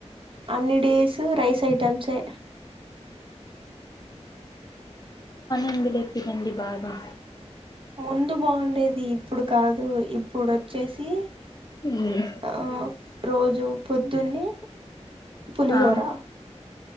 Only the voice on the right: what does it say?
అన్ని డేసు రైస్ ఐటమ్సే
ముందు బాగుండేది ఇప్పుడు కాదు ఇప్పుడొచ్చేసి
ఆ రోజు పొద్దున్నే పులిహోర
మ